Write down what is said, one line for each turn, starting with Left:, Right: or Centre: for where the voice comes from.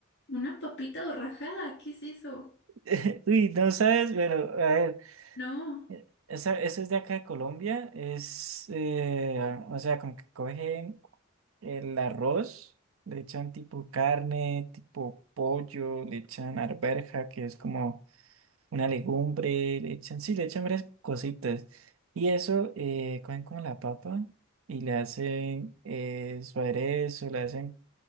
Left: ¿Una papita borrajada? ¿Qué es eso?
Right: <laughs> Uy, no sabes, pero a ver,
Left: No,
Right: eh, esa, eso es de acá de Colombia, es, eh, ah, o sea, como que cogen el arroz, le echan tipo carne, tipo pollo, le echan arveja que es como una legumbre, le echan, sí, le echan varias cositas. Y eso, eh, cogen como la papa y le hacen eh, su aderezo, le hacen,